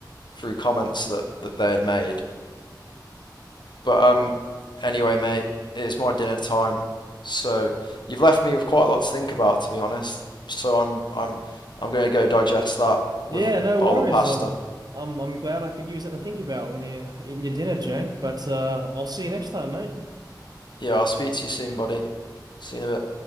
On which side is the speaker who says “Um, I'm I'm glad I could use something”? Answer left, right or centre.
Right